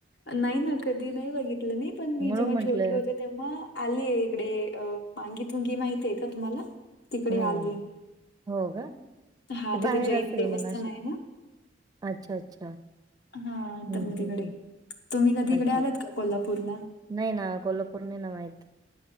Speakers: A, on the left (about 65°); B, on the right (about 20°).
A: नाही ना कधी नाही बघितलं मी पण मी
B: म्हणून
A: जेव्हा
B: म्हंटलं
A: छोटे होते तेव्हा आलीय इकडे अ मांगी तुंगी माहतीय का तुम्हाला तिकडे
B: नाही
A: आलीय
B: नाही हो का
A: हा
B: ते बाहेर
A: तिथे जैन
B: असेल
A: देवस्थान
B: मग नाशिक
A: आहे ना
B: अच्छा अच्छा
A: हा
B: हम्म
A: तर म
B: हम्म
A: तिकडे
B: हम्
A: तुम्ही कधी इकडे
B: अच्छा
A: आलात का कोल्हापूरला
B: नाही ना कोल्हापूर न ना माहित